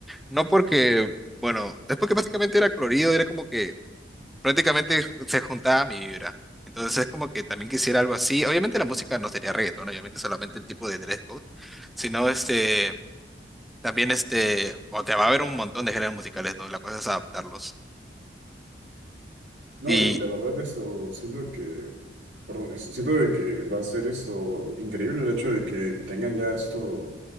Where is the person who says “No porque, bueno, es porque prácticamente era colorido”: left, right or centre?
Centre